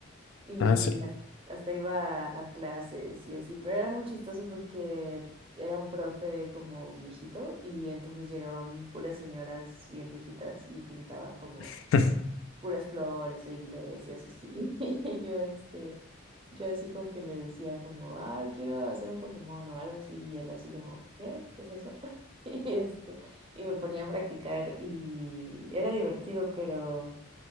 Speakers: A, on the right; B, on the left.
A: y
B: Ah, sí.
A: has- hasta iba a, a clases y así, pero era muy chistoso porque era un profe como viejito y entonces llegaban puras señoras bien viejitas y pintaban como
B: <laughs>
A: puras flores o iglesias, así. <laughs> Y yo, este, yo así como que le decía como, ay, quiero hacer un Pokémon o algo así, y él así como, ¿qué? ¿Qué es eso? <laughs> Y este, y me ponía a practicar y era divertido, pero